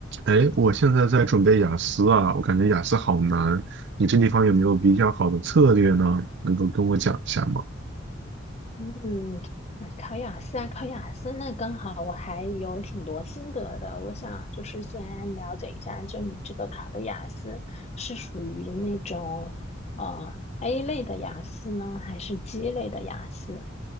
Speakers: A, on the right (about 60°); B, on the left (about 35°).
A: 哎，我现在在准备雅思啊，我感觉雅思好难。你这地方有没有比较好的策略呢？能够跟我讲一下吗？
B: 嗯，啊考雅思啊，考雅思，那刚好我还有挺多心得的。我想就是先了解一下，就你这个考的雅思是属于那种呃 A 类的雅思呢，还是 G 类的雅思？